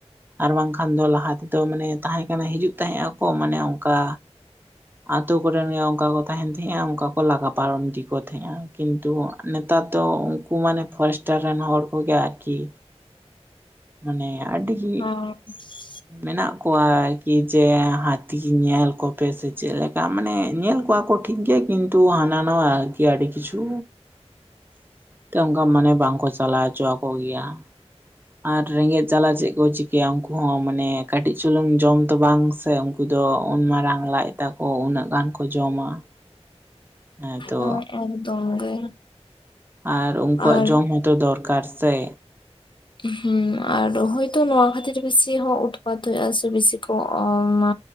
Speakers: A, on the right (about 20°); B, on the left (about 45°).
A: ᱟᱨ ᱵᱟᱝᱠᱷᱟᱱ ᱫᱚ ᱞᱟᱦᱟ ᱛᱮᱫᱚ ᱢᱟᱱᱮ ᱛᱟᱦᱮᱸ ᱠᱟᱱᱟ ᱦᱤᱡᱩᱜ ᱛᱟᱦᱮᱸᱫ ᱟᱠᱚ ᱢᱟᱱᱮ ᱚᱱᱠᱟ ᱟᱛᱳ ᱠᱚᱨᱮᱱ ᱜᱮ ᱚᱱᱠᱟ ᱠᱚ ᱛᱟᱦᱮᱱ ᱛᱟᱦᱮᱸᱜᱼᱟ ᱚᱱᱠᱟ ᱠᱚ ᱞᱟᱜᱟ ᱯᱟᱨᱚᱢ ᱤᱫ ᱠᱚ ᱛᱟᱦᱮᱸᱜᱼᱟ᱾ ᱠᱤᱱᱛᱩ ᱱᱮᱛᱟᱨ ᱫᱚ ᱩᱱᱠᱩ ᱢᱟᱱᱮ ᱯᱷᱚᱨᱮᱥᱴᱟᱨ ᱨᱮᱱ ᱦᱚᱲ ᱠᱚᱜᱮ ᱟᱨᱠᱤ ᱢᱟᱱᱮ ᱟᱹᱰᱤᱜᱮ
B: ᱚᱸ <inaudible>
A: ᱢᱮᱱᱟᱜ ᱠᱚᱣᱟᱠᱤ ᱡᱮ ᱦᱟᱹᱛᱤ ᱧᱮᱞ ᱠᱚᱯᱮ ᱥᱮ ᱪᱮᱫ ᱞᱮᱠᱟ ᱢᱟᱱᱮ ᱧᱮᱞ ᱠᱚᱣᱟ ᱠᱚ ᱴᱷᱤᱠ ᱜᱮᱭᱟ ᱠᱤᱱᱛᱩ ᱦᱟᱱᱟ ᱱᱟᱣᱟᱠ ᱟᱨᱠᱤ ᱟᱰᱤᱠᱤᱪᱽᱩ ᱛᱮ ᱚᱱᱠᱟ ᱢᱟᱱᱮ ᱵᱟᱝᱠᱚ ᱪᱟᱞᱟᱣ ᱦᱚᱪᱚ ᱟᱠ ᱜᱮᱭᱟ ᱟᱨ ᱨᱮᱸᱜᱮᱡ ᱡᱟᱞᱟ ᱪᱮᱫ ᱠᱚ ᱪᱤᱠᱟᱭᱟ ᱠᱟᱹᱡ ᱩᱱᱠᱩ ᱦᱚᱸ ᱢᱟᱱᱮ ᱠᱟᱹᱴᱤᱡ ᱪᱩᱞᱩᱝ ᱡᱚᱢ ᱫᱚ ᱵᱟᱝ ᱥᱮ ᱩᱱᱠᱩ ᱫᱚ ᱩᱱ ᱢᱟᱨᱟᱝ ᱞᱟᱡ ᱛᱟᱠᱚ ᱩᱱᱟᱹᱜ ᱜᱟᱱ ᱠᱚ ᱡᱚᱢᱟ᱾ <inaudible> ᱦᱮᱸᱛᱚ
B: ᱦᱮᱸ ᱮᱠᱫᱚᱢ ᱜᱮ
A: ᱟᱨ ᱩᱱᱠᱩᱣᱟᱜ
B: ᱟᱨ
A: ᱡᱚᱢ ᱦᱚᱸ ᱛᱚ ᱫᱚᱨᱠᱟᱨ ᱥᱮ
B: ᱦᱢ ᱟᱨ ᱦᱚᱭᱛᱚ ᱱᱚᱣᱟ ᱠᱷᱟᱹᱛᱤᱨ ᱵᱤᱥᱤ ᱦᱚᱸ ᱩᱛᱯᱟᱛ ᱦᱩᱭᱩᱜ ᱟ ᱥᱮ ᱵᱮᱥᱤ ᱠᱚ <unintelligible>